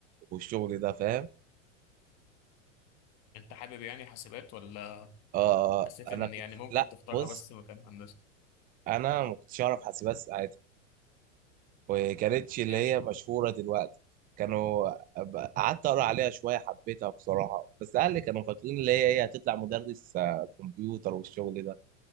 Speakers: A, on the right (about 25°); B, on the left (about 45°).
A: والشغل ده فاهم
B: انت حابب يعني حاسبات ولا
A: آه
B: حسيت ان
A: انا كنت
B: يعني ممكن
A: لا
B: تختارها
A: بص
B: بس مكان هندسه
A: انا ما كنتش اعرف حاسبات ساعتها وكانتش اللي
B: ماشي
A: هي مشهوره دلوقتي كانوا قعدت اقرا عليها شويه حبيتها بصراحه بس اهلي كانوا فاكرين اللي هي هي هتطلع مدرس آه، كمبيوتر والشغل ده